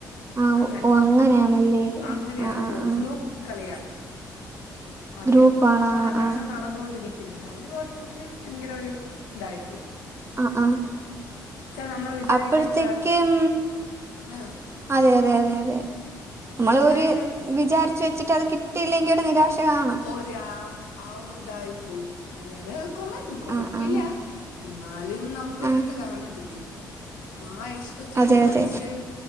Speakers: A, on the right (about 25°); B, on the left (about 75°).
A: ആഹ്
B: അങ്ങനെ
A: ഓ അങ്ങനെയാണല്ലേ
B: അങ്ങനെയാണ്
A: ആഹ് ആഹ്
B: പോന്നെ
A: ആഹ്
B: ഗ്രൂപ്പ് കളിയാണ് ആദ്യം
A: ഗ്രൂപ്പാണ്
B: അപ്പൊ
A: ആഹ്
B: അതാണ്
A: ആഹ്
B: നടന്നൊണ്ടിരിക്കുന്നത് അതില് കുറച്ചെങ്കിലും ഭയങ്കര ഒരു ഇതായിപ്പോയി
A: ആഹ ആഹ
B: നമ്മള് വിചാരിക്കാത്ത
A: അപ്പഴത്തേക്കും
B: ആഹ്
A: അതെ അതെ അതെ അതെ അമ്മൾ
B: വിചാരിക്കാ
A: ഒരു വിചാരിച്ച് വെച്ചിട്ട് അത് കി കിട്ടിയില്ലെങ്കിൽ ഒരു നിരാശ കാണും
B: ഒര് ആവ് ആഹ് ഒര് ഇതായി പോയി അല്ലെ അത് കൊള്ളാരുന്നു കൊഴപ്പില്ല
A: ആഹ് ആഹ്
B: എന്നാലും നമുക്കൊര്
A: ആഹ്
B: ഇത് കാണത്തില്ലെ ആ എക്സ്പെക്റ്റേഷൻ
A: അതെ അതെ
B: വെച്ച്